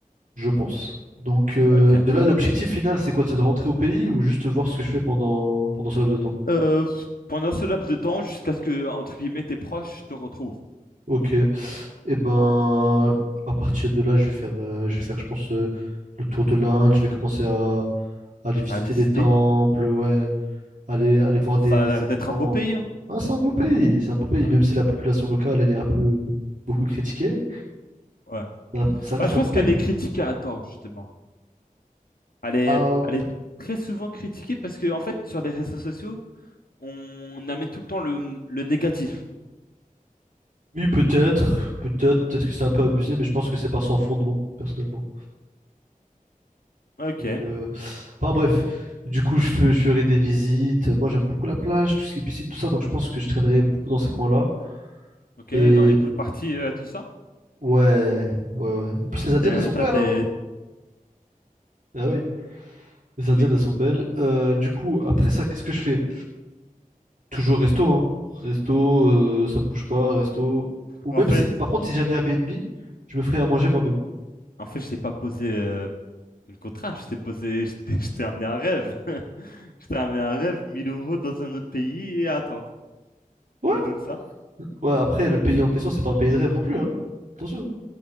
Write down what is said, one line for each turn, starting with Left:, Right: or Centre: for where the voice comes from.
Right: je pense. Donc, euh,
Left: Ok.
Right: de là, l'objectif final, c'est quoi? C'est de rentrer au pays ou juste voir ce que je fais pendant, pendant ce laps de temps?
Left: Euh, pendant ce laps de temps, jusqu'à ce que, entre guillemets, tes proches te retrouvent
Right: Ok. Et ben, à partir de là, je vais faire, euh, je vais faire, je pense, euh, le tour de l'Inde. Je vais commencer à, à aller visiter
Left: à visiter,
Right: les temples, ouais, aller, aller voir
Left: ça
Right: des, des
Left: a l'air
Right: éléphants.
Left: d'être un beau pays, hein.
Right: Ah, c'est un beau pays,
Left: Un beau...
Right: c'est un beau pays,
Left: un-
Right: même si la population locale, elle est un peu beaucoup critiquée,
Left: ouais.
Right: ça ça reste
Left: Bah, je
Right: un
Left: pense
Right: beau pays.
Left: qu'elle est critiquée à tort, justement. Elle est,
Right: Ah,
Left: elle est très souvent critiquée parce que, en fait, sur les réseaux sociaux, on amène tout le temps le, le négatif.
Right: oui, peut-être, peut-être, peut-être que c'est un peu abusé, mais je pense que c'est pas sans fondement, personnellement.
Left: Ok,
Right: Donc, euh, enfin bref, du coup, je, fais- je ferai des visites. Moi, j'aime beaucoup la plage, tout ce qui est piscine, tout ça, donc je pense que je traînerai beaucoup dans ces coins-là.
Left: ok,
Right: Et
Left: dans les poules parties, euh, tout ça.
Right: Ouais, ouais, ouais. En plus,
Left: Ah,
Right: les Indiennes,
Left: t'es,
Right: elles sont belles,
Left: t'as- t'es-
Right: hein? Ah oui, les Indiennes,
Left: oui.
Right: elles sont belles. Euh, du coup, après ça, qu'est-ce que je fais? Toujours resto, hein? Resto, euh, ça me bouge pas, resto. Ou
Left: En
Right: même
Left: fait,
Right: si, par contre, si j'ai un Airbnb, je me ferai à manger moi-même.
Left: En fait, je t'ai pas posé euh, une contrainte, je t'ai posé, <laughs> je t'ai je t'ai amené un rêve. <laughs> Je t'ai amené un rêve, Mille euros dans un autre pays et à attendre.
Right: Ouais,
Left: C'est donc ça.
Right: ouais, après, le pays en question, c'est pas un pays de rêve non plus, hein? Attention.